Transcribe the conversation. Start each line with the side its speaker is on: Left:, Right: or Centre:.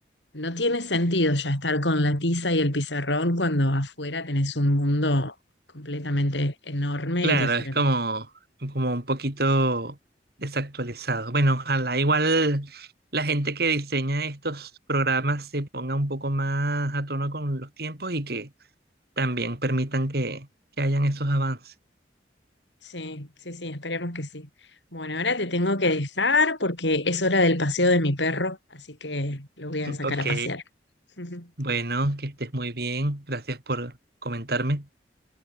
Left: no tiene sentido ya estar con la tiza y el pizarrón cuando afuera tenés un mundo completamente enorme
Right: claro,
Left: y diferente.
Right: es como, como un poquito desactualizado. Bueno, ojalá igual la gente que diseña estos programas se ponga un poco más a tono con los tiempos y que también permitan que, que hayan esos avances.
Left: Sí, sí, sí, esperemos que sí. Bueno, ahora te tengo que dejar porque es hora del paseo de mi perro, así que lo voy a sacar
Right: Ok,
Left: a pasear. <laughs>
Right: bueno, que estés muy bien. Gracias por comentarme.